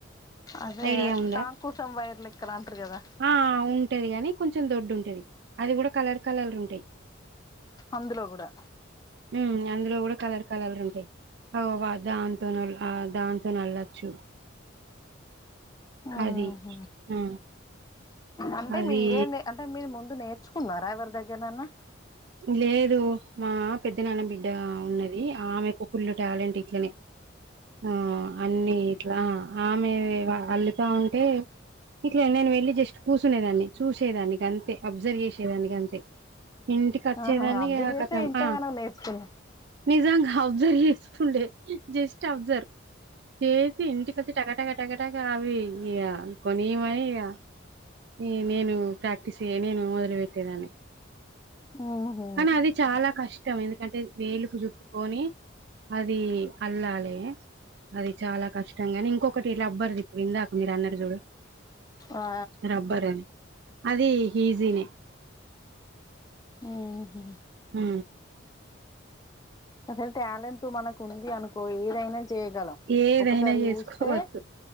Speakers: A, on the left (about 20°); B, on the right (about 55°).
A: అదే
B: ఐడియా ఉందా
A: టంకుసం వైర్ లెక్కర్ అంటారు కదా
B: ఆ ఉంటది గానీ కొంచెం దొడ్డు ఉంటుది అది కూడా కలర్ కలర్ ఉంటాది
A: అందులో కూడా
B: ఉమ్ అందులో కూడా కలర్ కలర్ ఉంటాయి ఓ ఆ దాంతో న ఆ దాంతో న అళ్ళొచ్చు
A: ఆహా
B: అది ఆ
A: అంటే
B: అది
A: మీరే అంటే మీరు ముందు నేర్చుకున్నారా ఎవరి దగ్గరనన్నా
B: లేదు మా పెద్ద నాన్న బిడ్డ ఉన్నది ఆమెకు ఫుల్ టాలెంట్ ఇట్లనే ఆ అన్ని ఇట్లా ఆమె అల్లుతా ఉంటే ఇట్లా నేను వెళ్లి జస్ట్ కూసునే దాన్ని చూసేదాని గంతే అబ్జర్వ్ చేసేదానికి అంతే ఇంటికి వచ్చేదాన్ని
A: ఆహా అబ్జర్వ్
B: ఇగ
A: చేస్తే
B: కతం
A: ఇంతగానం
B: ఆ
A: నేర్చుకున్నా
B: నిజంగా అబ్జర్వ్ చేస్తూ ఉండే జస్ట్ అబ్జర్వ్ చేసి ఇంటికొచ్చి టకా టకా టకా టాక అవి ఇ కొని మరి ఇగ ఈ నేను ప్రాక్టీస్య నేను మొదలు పెట్టేదాన్ని
A: ఉహు
B: కానీ అది చాలా కష్టం ఎందుకంటే వేలుకు చుట్టుకొని అది అల్లాలే అది చాలా కష్టంగాని ఇంకొకటి ఇలా లబ్బర్ది ఇప్పుడు ఇందాక మీరు అన్నారు చూడు
A: ఆ
B: రబ్బరా అది ఈజీనే
A: ఉహు
B: ఉ
A: అస్సలు టాలెంట్ మనకు ఉంది అనుకో ఏదైనా చేయగలం
B: ఏదైనా
A: ఒకసారి
B: చేసుకోవచ్చు
A: ఊస్తే